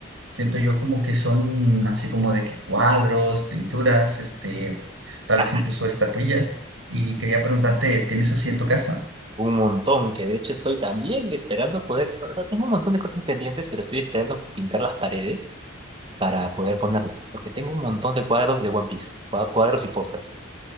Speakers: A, on the right; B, on the right.
A: Siento yo como que son así como de que cuadros, pinturas, este, tal
B: Ajá.
A: vez incluso estatuillas. Y quería preguntarte, ¿tienes así en tu casa?
B: Un montón, que de hecho estoy también esperando poder, o sea, tengo un montón de cosas pendientes, pero estoy esperando pintar las paredes para poder ponerlos, porque tengo un montón de cuadros de One Piece, cua- cuadros y pósters.